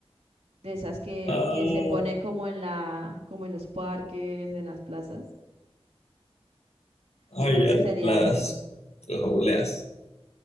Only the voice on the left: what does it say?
Ah,
ay,
ya,
la-
las,
las obleas.